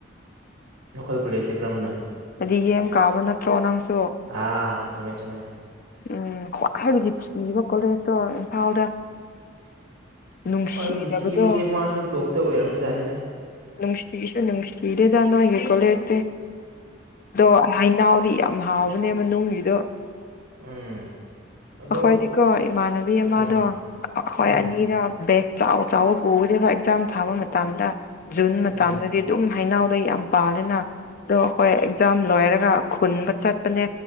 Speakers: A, on the right (about 75°); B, on the left (about 45°).
A: ꯅꯈꯣꯏ ꯀꯨꯂꯦꯖꯁꯦ ꯀꯔꯃꯅ
B: ꯍꯥꯏꯗꯤ ꯌꯦꯦꯝ ꯀꯥꯕ ꯅꯠꯇ꯭ꯔꯣ ꯅꯪꯁꯨ
A: ꯑꯥ ꯆꯨꯝꯃꯦ ꯆꯨꯝꯃꯦ
B: ꯎꯝ ꯈ꯭ꯋꯥꯏꯗꯒꯤ ꯊꯤꯈꯤꯕ ꯀꯣꯂꯦꯖꯇꯣ ꯏꯝꯐꯥꯜꯗ ꯅꯨꯡꯁꯤꯗꯕꯗꯣ
A: ꯍ ꯑꯩꯗꯤ ꯊꯤꯕꯁꯦ ꯃꯥꯁꯨ ꯇꯣꯞꯇ ꯑꯣꯏꯔꯝꯕ ꯖꯥꯠꯅꯤꯗ
B: ꯅꯪ ꯁꯤꯁ ꯅꯪ ꯁꯤꯤꯔꯗꯅꯣ ꯍ ꯀꯣꯂꯦꯔꯛꯇꯦ ꯑꯗꯣ ꯍꯩꯅꯥꯎꯗꯤ ꯌꯥꯝ ꯍꯥꯎꯕꯅꯦ ꯃꯅꯨꯡꯒꯤꯗꯣ
A: ꯎꯝ ꯑꯗꯣ
B: ꯑꯩꯈꯣꯏꯗꯤꯀꯣ ꯏꯃꯥꯟꯅꯕꯤ ꯑꯃꯗꯣ
A: ꯎꯝ
B: ꯑꯩꯈꯣꯏ
A: ꯎꯝ
B: ꯑꯅꯤꯗ ꯕꯦꯛ ꯆꯥꯎ ꯆꯥꯎꯕ ꯄꯨꯒꯗꯤꯕ ꯑꯦꯛꯖꯥꯝ ꯊꯥꯕ ꯃꯇꯝꯗ ꯖꯨꯟ ꯃꯇꯗꯗꯤ
A: ꯎꯝ
B: ꯑꯗꯨꯝ ꯍꯩꯅꯎ ꯗꯩ ꯌꯥꯝ ꯄꯥꯂꯦꯅ ꯑꯗꯣ ꯑꯩꯈꯣꯏ ꯑꯦꯛꯖꯥꯝ ꯂꯣꯏꯔꯒ ꯈꯨꯟꯕ ꯆꯠꯄꯅꯦ